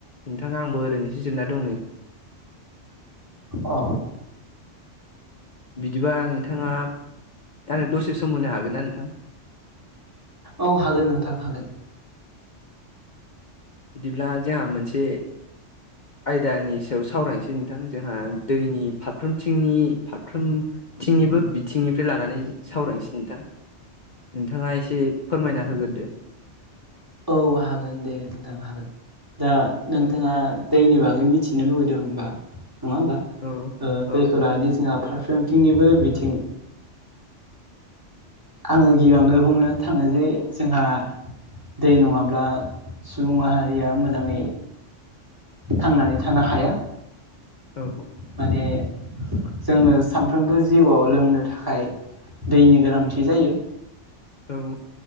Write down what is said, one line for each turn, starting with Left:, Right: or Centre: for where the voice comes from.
Left: नोंथाङा आंबो ओरैनोसो जिरना दं नै।
Right: अ।
Left: बिदिबा नोंथाङा आंनो दसे सम होनो हागोन ना नोंथां।
Right: औ हागोन नोंथां हागोन।
Left: बिदिब्ला जोंहा मोनसे आयदानि सायाव सावरायनोसै नोंथां जोंहा दैनि फारफ्रोमथिंनि फारफ्रोम थंनिबो बिथिंनिफ्राय लानानै सावरायनोसै नोंथां। नोंथाङा एसे फोरमायना होग्रोदो।
Right: औ हागोन दे नोंथां हागोन दा नोंथाङा
Left: औ
Right: दैनि बागै मिथिनो लुगैदों होनबा नङा होमबा
Left: औ औ
Right: दैखौ लानानै जोंहा फारफ्रोमथिंनिबो बिथिं आङो गिबियावनो बुंनो थाङो जे जोंहा दै नङाब्ला सुबुं माहारिया मोजाङै थांनानै थानो हाया।
Left: औ।
Right: माने जोंनो सानफ्रोमबो जिउआव लोंनो थाखाय दैनि गोनांथि जायो।
Left: औ।